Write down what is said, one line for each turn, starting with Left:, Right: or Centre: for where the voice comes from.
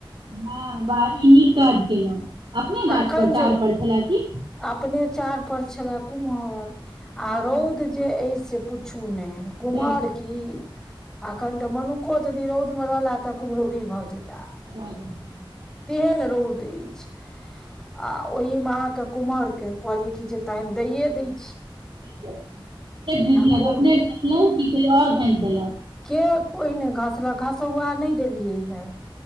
Right: हँ बाह ई नीक काज केलहुँं अपने गाछ
Centre: आ एखन
Right: पर चार
Centre: जे
Right: पर छलए की
Centre: अपने चार पर छले कुम्हर
Right: हँ
Centre: आ रौद जे अय से पूछू ने कुम्हर
Right: जरि कऽ
Centre: की अखन तऽ मनुक्खो यदि रौद मे रहला तऽ कुम्हरौरी भऽ जेताह
Right: <unintelligible>
Centre: तेहन रौद अछि आ ओहिमे अहाँके कुमहर के कहलिय की जे तानि दैेये दही न
Right: ब घसलक
Centre: खूब
Right: अपने घसलहुँ कि कोइ आओर घसि देलक
Centre: के कोहि नहि घसलक घसौआ नहि देलियै हे